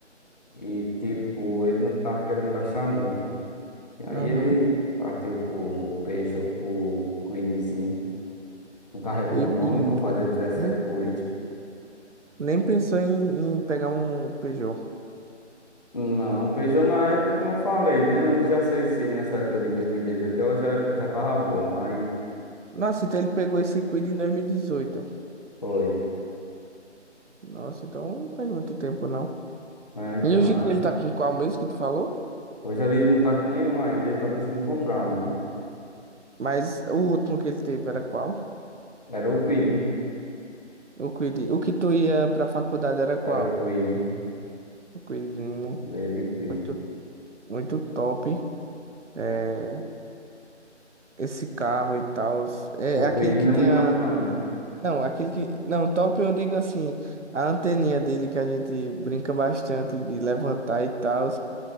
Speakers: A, on the left; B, on the right.
A: e tipo, ele não tava querendo gastar muito. E
B: Uhum.
A: aí ele partiu pro Peugeot, pro Kwidzinho, um carro econômico,
B: E o Peugeot,
A: fazia 17
B: nem,
A: por litro.
B: nem pensou em, em pegar um Peugeot.
A: Não, Peugeot na época, como eu falei, né? Eu não já sei se nessa época de 2018 ela já, era, já tava boa, mas
B: Nossa, então ele pegou esse Kwid em 2018.
A: foi.
B: Nossa, então não faz muito tempo, não.
A: É, então,
B: E hoje
A: aí.
B: em dia ele tá com qual mesmo que tu falou?
A: Hoje ele não tá com nenhum ainda, ele tá precisando comprar um, né?
B: Mas o último que ele teve era qual?
A: Era o Kwid,
B: O Kwid. O que tu ia pra faculdade era qual?
A: era o Kwid,
B: O Kwidzinho, né?
A: ele Kwid.
B: Muito, muito top. É, esse carro e tal. É,
A: O
B: é
A: Kwid
B: aquele que
A: não
B: tem
A: é muito
B: a.
A: top, não, né?
B: Não, aquele que. Não, top eu digo assim, a anteninha dele que a gente brinca bastante de levantar e tal.